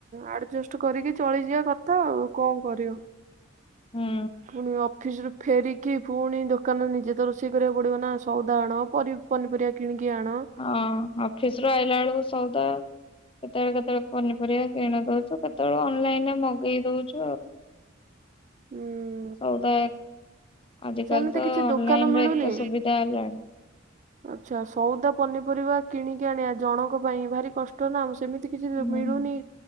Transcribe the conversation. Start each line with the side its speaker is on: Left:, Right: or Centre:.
Right: ଆଡ଼ଜଷ୍ଟ କରିକି ଚଳିଯିବା କଥା ଆଉ କଣ କରିବ।
Left: ହୁଁ
Right: ପୁଣି ଅଫିସୁ ଫେରିକି ପୁଣି ଦୋକାନ ନିଜେ ତ ରୋଷେଇ କରିବାକୁ ପଡିବ ନା ସଉଦା ଆଣ ପରି ପନିପରିଆ କ କିଣିକଆଣ।
Left: ହଁ ଅଫିସ ରୁ ଆଇଲା ବେଳକୁ ସଉଦା କେତେ କେତେ କେତେବେଳେ ପନିପରିବା କିଣି ଦଉଛ କେତେବେଳୁ ଅନଲାଇନ ରେ ମଗେଇ ଦଉଛୁ ଆଉ
Right: ହୁଁ
Left: ସଉଦା ଆଜିକାଲି
Right: ସେମିତି
Left: ତ
Right: କିଛି
Left: ଅନଲାଇନ
Right: ଦୋକାନ ମିଳୁନି
Left: ରେ ଏତେ ସୁବିଧା ହେଲାଣି।
Right: ଆଚ୍ଛା ସଉଦା ପନିପରିବା କିଣିକି ଆଣିବା ଜଣଙ୍କ ପାଇଁ ଭାରି କଷ୍ଟ। ନା ସେମିତି କିଛି
Left: ହୁଁ।
Right: ମିଳୁନି